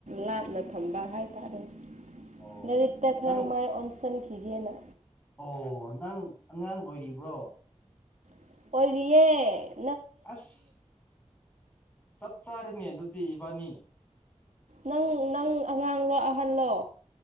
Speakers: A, on the right; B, on the left.
A: ꯂꯥꯞꯅ ꯊꯝꯕ ꯍꯥꯏꯇꯥꯔꯦ
B: ꯑꯣ
A: ꯂꯥꯏꯔꯤꯛꯇ ꯈꯔ
B: ꯅꯪ
A: ꯃꯥꯏ ꯑꯣꯟꯁꯤꯟꯈꯤꯒꯦꯅ
B: ꯑꯣ ꯅꯪ ꯑꯉꯥꯡ ꯑꯣꯏꯔꯤꯕ꯭ꯔꯣ
A: ꯑꯣꯏꯦ
B: ꯑꯁ ꯆꯠ ꯆꯥꯔꯤꯅꯦ ꯑꯗꯨꯗꯤ ꯏꯕꯥꯅꯤ
A: ꯅꯪ ꯅꯪ ꯑꯉꯥꯡꯂꯣ ꯑꯍꯜꯂꯣ